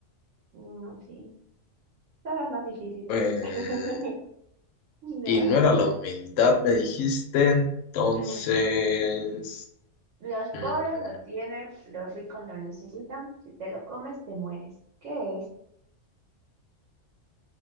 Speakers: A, on the right; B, on the left.
A: No, sí. son las más difíciles.
B: Eh,
A: <laughs> No.
B: y no era la humildad, me dijiste, entonces...
A: Mm. Los
B: mm,
A: pobres lo tienen, los ricos lo necesitan. Si te lo comes, te mueres. ¿Qué es?